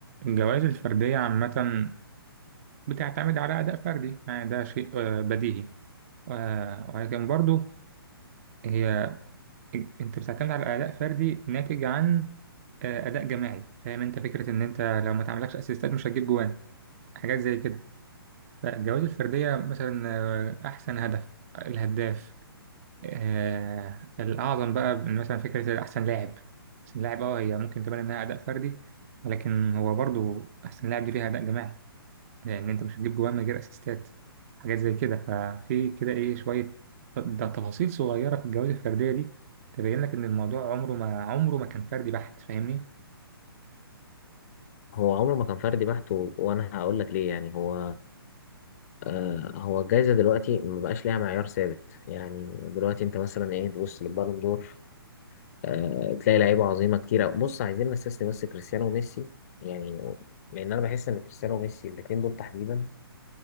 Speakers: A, on the right; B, on the left.
A: الجوائز الفردية عامة بتعتمد على أداء فردي يعني ده شيء آه، بديهي آه، ولكن برضو هي أنت بتعتمد على أداء فردي ناتج عن آه، أداء جماعي فاهم أنت فكرة إن أنت لو ما تعملكش أسيستات مش هتجيب جوان حاجات زي كده فالجوائز الفردية مثلا آه، أحسن هدف الهداف آه، الأعظم بقى مثلا فكرة أحسن لاعب أحسن لاعب أه هي ممكن تبان إنها أداء فردي ولكن هو برضو أحسن لاعب دي فيها أداء جماعي لأن أنت مش هتجيب جوان من غير أسيستات حاجات زي كده ففي كده إيه شوية ت- ده تفاصيل صغيرة في الجوائز الفردية دي تبين لك إن الموضوع عمره ما عمره ما كان فردي بحت فاهمني
B: هو عمره ما كان فردي بحت و- وانا هقول لك ليه يعني هو آه هو الجائزه دلوقتي ما بقاش ليها معيار ثابت يعني دلوقتي انت مثلا ايه تبص للبالون دور آه تلاقي لعيبه عظيمه كتير أوي. بص عايزين نستثني بس كريستيانو وميسي يعني لان انا بحس ان كريستيانو وميسي الاثنين دول تحديدا